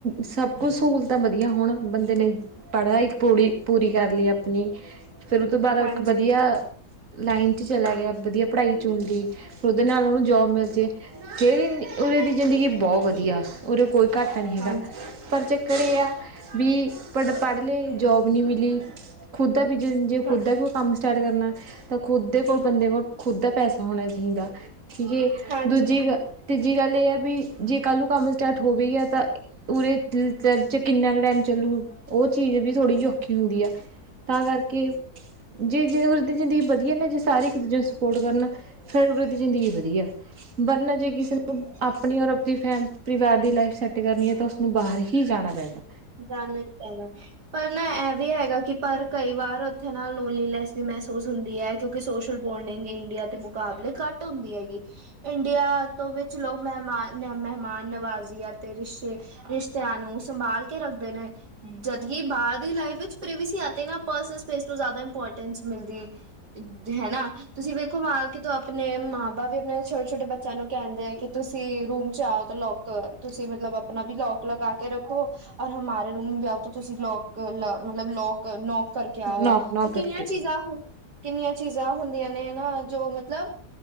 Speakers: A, on the right; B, on the right.
A: ਸਭ ਕੁਛ ਸਹੂਲਤਾਂ ਵਦੀਆ ਹੋਨ ਬੰਦੇ ਲਈ ਪੜ੍ਹਾ ਇੱਕ ਪੂੜੀ ਪੂਰੀ ਕਰ ਲਈ ਆਪਨੀ ਫੇਰ ਓ ਤੋਂ ਬਾਦ
B: ਹਾਂਜੀ
A: ਇੱਕ ਵਦੀਆ ਲਾਈਨ ਚ ਚਲਾ ਗੇਆ ਵਦੀਆ ਪੜ੍ਹਾਈ ਚੁਨ ਲੀ, ਫੇਰ ਓਦੇ ਨਾਲ ਓਨੂੰ ਜੋਬ ਮਿਲਜੇ ਫੇਰ ਉਰੇ ਦੀ ਜ਼ਿੰਦਗੀ ਬਹੁ ਵਦੀਆ, ਉਰੇ ਕੋਈ ਘਾਟਾ ਨੀ ਹੈਗਾ।
B: ਹਾਂਜੀ
A: ਪਰ ਚੱਕਰ ਏਹ ਆ ਵੀ ਪੜ੍ਹ-ਪੜ੍ਹ ਲਏ ਜੋਬ ਨੀ ਮਿਲੀ ਖੁਦ ਦਾ ਬਿਜਨਸ ਜੇ ਖੁਦ
B: ਹਾਂ
A: ਦਾ ਵੀ ਕੋਈ ਕੰਮ ਸਟਾਟ ਕਰਨਾ ਤਾਂ ਖੁਦ ਦੇ ਕੋਲ ਬੰਦੇ ਕੋਲ ਖੁਦ ਦਾ ਪੈਸਾ ਹੋਨਾ ਚਾਹੀਦਾ ਠੀਕ ਏ,
B: ਹਾਂਜੀ
A: ਦੂਜੀ
B: ਹਾਂਜੀ
A: ਗੱ ਤੀਜੀ ਗੱਲ ਏਹ ਆ ਵੀ ਜੇ ਕਾਂਲੂੰ ਕੰਮ ਸਟਾਟ ਹੋ ਵੀ ਗੇਆ ਤਾਂ ਉਰੇ ਚ ਕਿੰਨਾ ਕ ਟੈਮ ਚੱਲੂ ਓ ਚੀਜ਼ ਵੀ ਥੋੜ੍ਹੀ ਜੀ ਔਖੀ ਹੁੰਦੀ ਆ। ਤਾਂ ਕਰਕੇ ਜੇ-ਜੇ ਉਰੇ ਦੀ ਜ਼ਿੰਦਗੀ ਵਦੀਆ ਨਾ ਜੇ ਸਾਰੇ ਇੱਕ ਦੂਜੇ ਨੂੰ ਸਪੋਟ ਕਰਨ। ਫੇਰ ਉਰੇ ਦੀ ਜ਼ਿੰਦਗੀ ਵਦੀਆ, ਵਰਨਾ ਜੇ ਕਿਸੇ ਨੂੰ ਆਪਨੀ ਔਰ ਤੇ ਫੈ ਪਰਿਵਾਰ ਦੀ ਲਾਈਫ ਸੈੱਟ ਕਰਨੀ ਐ ਤਾਂ ਉਸਨੂੰ ਬਾਹਰ ਹੀ ਜਾਨਾ ਪੈਂਦਾ।
B: ਜਾਨਾ ਈ ਪੈਨਾ। ਪਰ ਨਾ ਐ ਵੀ ਹੈਗਾ ਕਿ ਪਰ ਕਈ ਵਾਰ ਓਥੇ ਨਾ ਲੋਨਲੀਲੈਸ ਵੀ ਮਹਿਸੂਸ ਹੁੰਦੀ ਐ। ਕਿਓਂਕਿ ਸੋਸ਼ਲ ਬੋਂਡਿੰਗ ਇੰਡੀਆ ਦੇ ਮੁਕਾਬਲੇ ਘੱਟ ਹੁੰਦੀ ਹੈਗੀ। ਇੰਡੀਆ ਤੋਂ ਵਿੱਚ ਲੋਕ ਮਹਿਮਾਨ-ਮਹਿਮਾਨ ਨਵਾਜ਼ੀ ਅਤੇ ਰਿਸ਼ਤੇ ਰਿਸ਼ਤਿਆਂ ਨੂੰ ਸੰਭਾਲ ਕੇ ਰੱਖਦੇ ਨੇ। ਜਦਕਿ ਬਾਰ ਦੀ ਲਾਈਫ ਵਿੱਚ ਪ੍ਰੇਵੇਸੀ ਆਤੇ ਨਾ ਪਰਸਨਲ ਸਪੇਸ ਨੂੰ ਜ਼ਾਦਾ ਇੰਪੋਰਟੈਂਸ ਮਿਲਦੀ ਏ। <unintelligible> ਹਨਾ ਤੁਸੀਂ ਵੇਖੋ ਆ ਕੇ ਆਪਨੇ ਮਾਂ ਬਾਪ ਵੀ ਆਪਨੇ ਛੋਟੇ-ਛੋਟੇ ਬੱਚਿਆਂ ਨੂੰ ਕੈਂਦੇ ਆ ਕੇ ਤੁਸੀਂ ਰੂਮ ਚ ਆਓ ਤਾਂ ਲੌਕ ਕ ਤੁਸੀਂ ਮਤਲਬ ਆਪਨਾ ਵੀ ਲੌਕ ਲਗਾ ਕੇ ਰੱਖੋ। ਔਰ ਹਮਾਰੇ ਰੂਮ ਵੀ ਆਓ ਤਾਂ ਤੁਸੀਂ ਲੌਕ ਮਤਲਬ ਲੌ ਨੌਕ ਕਰਕੇ ਆਓ,
A: ਨੌਕ ਨੌਕ
B: ਪਰ ਕਿੰਨੀਆਂ
A: ਕਰਕੇ
B: ਚੀਜ਼ਾਂ ਕਿੰਨੀਆਂ ਚੀਜ਼ਾਂ ਹੁੰਦੀਆਂ ਨੇ ਹਨਾ ਜੋ ਮਤਲਬ